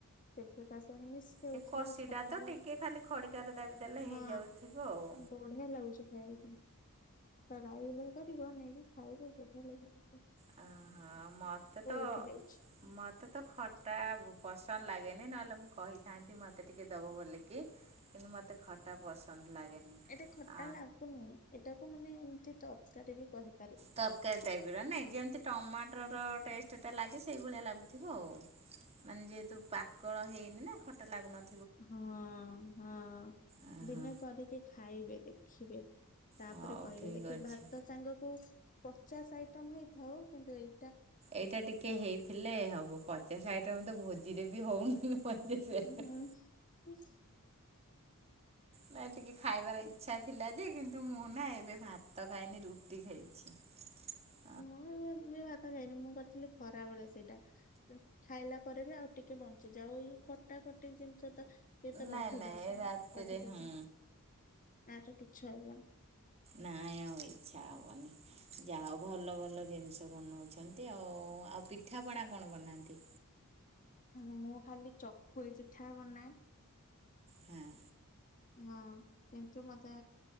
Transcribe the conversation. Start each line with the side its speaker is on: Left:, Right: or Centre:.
Left: ସେ ପୁରା ତା ସାଙ୍ଗେ ମି <unintelligible>
Right: ସେ କଷିଟା
Left: ଖଟା
Right: ତ
Left: ଓଉ
Right: ଟିକେ ଖାଲି ଖଡ଼ିକାରେ ଦାବି ଦେଲେ
Left: ହଁ
Right: ହେଇଯାଉଥିବ ଆଉ।
Left: ବ ବଢିଆ ଲାଗୁଛି ଖାଇବା ପାଇଁ <unintelligible> ନେଇକି ଖାଇବ ବଢିଆ ଲାଗ
Right: ହଁ ହଁ ମତେ ତ
Left: ଉଠି ଯାଉଛି
Right: ମତେ ତ ଖଟା ପସନ୍ଦ ଲାଗେନି ନହେଲେ ମୁଁ କହିଥାନ୍ତି ମୋତେ ଟିକେ ଦେବ ବୋଲିକି କିନ୍ତୁ ମତେ ଖଟା ପସନ୍ଦ ଲାଗେନି।
Left: ଏଟା ଖଟା
Right: ଆ
Left: ଲାଗୁନି ଏଟାକୁ ମାନେ ଏମିତି ତରକାରୀ ବି କହି
Right: ତରକାରୀ ଟାଇପ ର ନାଇଁ ଯେମତି ଟମାଟର
Left: ହଁ
Right: ଟେଷ୍ଟଟା ଲାଗେ ସେଇଭଳିଆ ଲାଗୁଥିବ ଆଉ। ମାନେ ଯେହେତୁ ପାକଳ ହେଇନି ନା ଖଟା ଲାଗୁନ
Left: ହଁ ହଁ
Right: ଓହୋ
Left: ଦିନେ କରିକି ଖାଇବେ ଦେଖିବେ ତାପରେ
Right: ହଉ
Left: କହିବେ
Right: ଠିକ୍
Left: ଦେଖିବେ
Right: ଅଛି।
Left: ଭାତ ସାଙ୍ଗକୁ ପଚାଶ ଆଇଟମ ହେଇଥାଉ କିନ୍ତୁ ଏଇ
Right: ଏଇଟା ଟିକେ ହେଇଥିଲେ ହବ ପଚାଶ ଆଇଟମ ତ ଭୋଜିରେ ବି ହଉନି। ପଚାଶ
Left: ହୁଁ
Right: ଆଇଟମ୍।
Left: ହୁଁ ହୁଁ।
Right: ନା ଟିକେ ଖାଇବାର ଇଚ୍ଛା ଥିଲା ଯେ କିନ୍ତୁ ମୁଁ ନା ଏବେ ଭାତ ଖାଇନି ରୁଟି ଖାଇଚି। <unintelligible>
Left: ମୁଁ ଏ ଭାତ ଖାଇନି ମୁଁ କରିଥିଲି ଖରାବେଳେ ସେଇଟା। ଖାଇଲା ପରେ ବି ଆଉ ଟିକେ ବଞ୍ଚିଚି ଆଉ ଖଟା ଖଟି ଜିନିଷ ତ କିଏ ତ ରହିବ
Right: ନାଇଁ ନାଇଁ
Left: ଶୁଣି
Right: ରାତିରେ
Left: ଅଧିକ
Right: ହୁଁ
Left: ଦିନି ଆର୍ ତ କିଛି ହବନି।
Right: ନାଇଁ ଆଉ ଇଚ୍ଛା ହବନି ଯା ଭଲ ଭଲ ଜିନିଷ ବନଉଚନ୍ତି। ଏ ଆଉ ଆଉ ପିଠାପଣା କଣ ବନାନ୍ତି।
Left: ହୁଁ ମୁଁ ଖାଲି ଚକୁଳି ପିଠା ବନାଏ।
Right: ହଁ।
Left: ହଁ କିଁନ୍ତୁ ମତେ